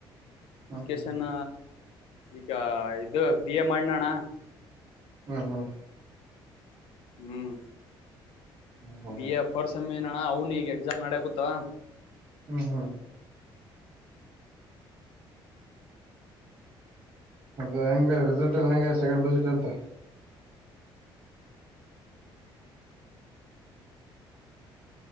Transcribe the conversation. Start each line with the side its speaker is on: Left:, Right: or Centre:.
Right: ಹ್ಮ್
Left: ಎಜುಕೇಶನ್
Right: ಹ್ಮ್
Left: ಈಗ ಇದು ಬಿ ಎ ಮಾಡನ ಅಣ್ಣ
Right: ಹ್ಮ ಹ್ಮ್
Left: ಹ್ಮ್
Right: ಹ ಹೌದ
Left: ಬಿ ಎ ಫೋರ್ಟ್ ಸೇಮ್ ಎನ್ ಅಣ್ಣ ಅವನು ಈಗ ಎಕ್ಸಾಮ್ ನಡ್ಯಕೂತ್ವ
Right: ಹ್ಮ್ ಹ್ಮ್ ಮತ್ತೆ ಹೆಂಗ ರಿಸಲ್ಟ್ ಎಲ್ಲ ಹೆಂಗ ಸೆಕೆಂಡ್ ಬಜೆಟ್ ಅಂತ